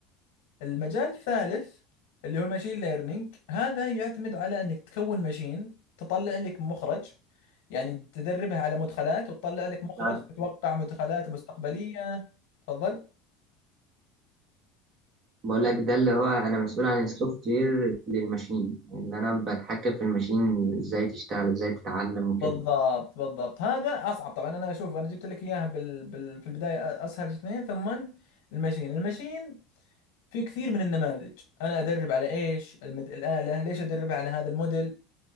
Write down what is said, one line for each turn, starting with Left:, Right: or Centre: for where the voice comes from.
Left: المجال الثالث اللي هو الماشين ليرنينج هذا يعتمد على انك تكون ماشين تطلع لك مخرج يعني تدربها على مدخلات وتطلع لك مخرج
Right: بعد-
Left: تتوقع مدخلات مستقبليه تفضل
Right: بقول لك ده اللي هو انا مسؤول عن السوفت وير للماشين اللي انا بتحكم في الماشين ازاي تشتغل ازاي تتعلم وكده
Left: بالضبط بالضبط هذا اصعب طبعا انا اشوف انا جبت لك اياها بال... بال... في البدايه اسهل اثنين ثم الماشين الماشين في كثير من النماذج انا ادرب على ايش المد... الاله ليش ادربها على هذا الموديل